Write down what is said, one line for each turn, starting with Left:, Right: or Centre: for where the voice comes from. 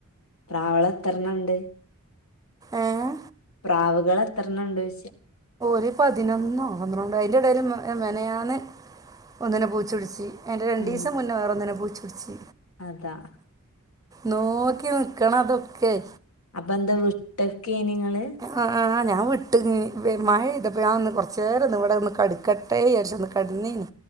Left: പ്രാവുകള് എത്രണ്ണണ്ട്
Right: ഏഹ്
Left: പ്രാവുകളെത്രണ്ണംണ്ടോയ്ച്ച
Right: ര് പതിനൊന്നോ പന്ത്രണ്ടോ അതിന്റെഎടേല് മിനിയാന്ന് ഒന്നിനെ പൂച്ചപുട്ച്ച് അയ്ന്റെ രണ്ടീസം
Left: ഉം
Right: മുന്നെ വേറൊന്നിനെ പൂച്ചട്ച്ച്
Left: അതാ
Right: നോക്കി നിക്കണതൊക്കെയ്
Left: അപ്പന്താ വിട്ടക്കേനി ങ്ങള്
Right: അ ആ ആഹ് ഞാൻ വിട്ട് മഴ പെയ്തപ്പോ ഞാൻ ഒന്ന് കൊർച്ചേരൊന്ന് വടൊന്ന് കട്ക്കട് ട്ടേയാര്ച്ചൊന്ന് കടന്നീനി